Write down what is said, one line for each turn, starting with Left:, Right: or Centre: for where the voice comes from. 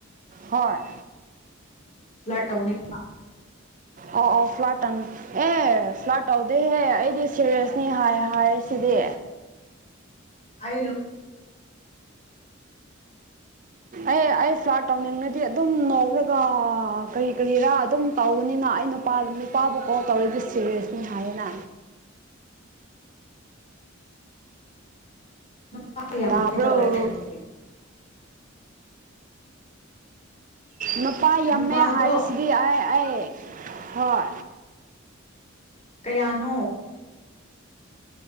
Right: ꯍꯣꯏ
Left: ꯐ꯭ꯂꯥꯠ ꯇꯧꯅꯤꯡꯕ
Right: ꯑꯣ ꯑꯣ ꯐ꯭ꯂꯥꯠ ꯇꯥꯅꯨ ꯑꯦ ꯐ꯭ꯂꯥꯠ ꯇꯧꯗꯦꯍꯦ ꯑꯩꯗꯤ ꯁꯦꯔꯤꯌꯁꯅꯤ ꯍꯥꯏ ꯍꯥꯏ ꯁꯤꯗꯤ
Left: ꯑꯩ ꯂꯣ
Right: ꯑꯩ ꯑꯩ ꯐ꯭ꯂꯥꯠ ꯇꯧꯅꯤꯡꯉꯗꯤ ꯑꯗꯨꯝ ꯅꯧꯔꯒ ꯀꯔꯤ ꯀꯔꯤꯔꯥ ꯑꯗꯨꯝ ꯇꯧꯒꯅꯤ ꯅ ꯑꯩ ꯅꯨꯄꯥ ꯅꯨꯄꯥꯕꯨ ꯀꯣꯜ ꯇꯧꯔꯗꯤ ꯁꯤꯦꯔꯤꯌꯁꯅꯤ ꯍꯥꯏꯌꯦꯅ
Left: <inaudible> ꯅꯨꯄ ꯀꯌꯥꯕꯨꯗꯤ
Right: ꯇꯥꯕ꯭ꯔꯣ
Left: ꯇꯧꯔꯦ ꯑꯗꯨꯗꯤ
Right: ꯅꯨꯄꯥ ꯌꯥꯝꯃꯦ
Left: ꯅꯨꯄꯥꯗꯣ
Right: ꯍꯥꯏꯔꯤꯁꯤꯗꯤ ꯑꯩ ꯑꯩ ꯍꯣꯏ
Left: ꯀꯌꯥꯅꯣ